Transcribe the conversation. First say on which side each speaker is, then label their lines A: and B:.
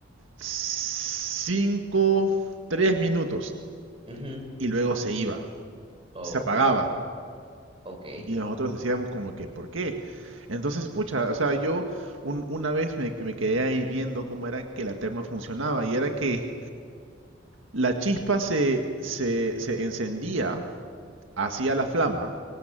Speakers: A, on the right; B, on the right.
A: 5, 3 minutos
B: mhm
A: y luego se iba,
B: Oh,
A: se apagaba.
B: okay.
A: Y nosotros decíamos como que, ¿por qué? Entonces, pucha, o sea, yo un- una vez me, me quedé ahí viendo cómo era que la terma funcionaba y era que la chispa se, se, se encendía, hacía la flama,